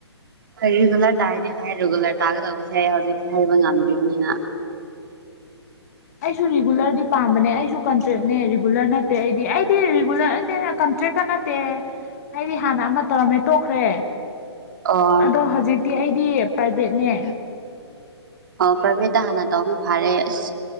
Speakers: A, on the right (about 45°); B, on the left (about 35°).
A: ꯍꯣꯏ ꯔꯤꯒꯨꯂꯔ ꯇꯥꯔꯗꯤ ꯐꯥꯏ ꯔꯤꯒꯨꯂꯔ ꯇꯥꯒꯗꯧꯕꯁꯦ ꯍꯧꯖꯤꯛꯤ ꯍꯥꯏꯕ ꯉꯝꯗ꯭ꯔꯤꯕꯅꯤꯅ
B: ꯑꯩꯁꯨ ꯔꯤꯒꯨꯂꯔꯗꯤ ꯄꯥꯝꯕꯅꯦ ꯑꯩꯁꯨ ꯀꯟꯇ꯭ꯔꯦꯛꯅꯦ ꯔꯤꯒꯨꯂꯔ ꯅꯠꯇꯦ ꯑꯩꯗꯤ ꯑꯩꯗꯤ ꯔꯤꯒꯨꯂꯔ ꯀꯟꯇ꯭ꯔꯦꯛꯀ ꯅꯠꯇꯦ꯫ ꯇꯦ ꯑꯩꯗꯤ ꯍꯥꯟꯅ ꯑꯃ ꯇꯧꯔꯝꯃꯦ ꯇꯣꯛꯈ꯭ꯔꯦ꯫
A: ꯑꯣ
B: ꯑꯗꯣ ꯍꯧꯖꯤꯛꯇꯤ ꯑꯩꯗꯤ ꯄ꯭ꯔꯥꯏꯚꯦꯠꯅꯦ꯫
A: ꯑꯣ ꯄ꯭ꯔꯕꯤꯦꯠꯇ ꯍꯥꯟꯅ ꯇꯧꯅ ꯐꯥꯔꯦ ꯑꯁ